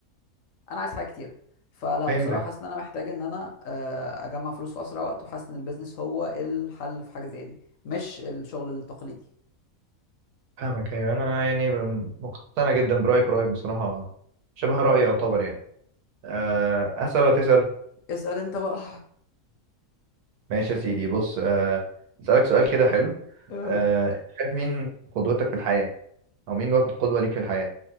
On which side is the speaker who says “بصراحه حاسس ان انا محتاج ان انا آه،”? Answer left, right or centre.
Left